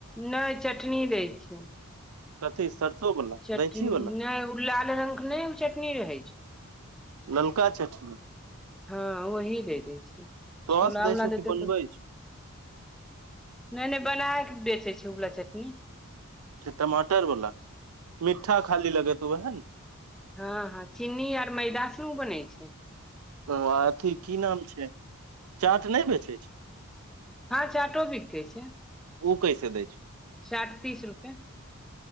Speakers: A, in the centre; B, on the right (about 80°).
A: नैय चटनी दैय छैं।
B: कथी सरसो वाला
A: चटनी
B: रैंची वाला
A: नहि ओ लाल रंग के नहि ओ चटनी रहैय छैं।
B: ललका चटनी।
A: हँ वही दैय दैय छैइय
B: सॉस
A: छोला
B: दै
A: वला
B: छौ
A: देते
B: कि बनबै
A: तऽ। नैय नैय बनाके बेचैय छैय उवला चटनी।
B: टमाटर वाला मिठा खाली लगैत वएह ने।
A: हँ हँ चिन्नी आर मैदा सऽ नऽ उ बनैय छैय।
B: उ आ अथी की नाम छै चाट नैय बेचैय छैय।
A: हाॅं चाटो बिकै छैय
B: ओ कैसे दै
A: चाट तीस रुपए।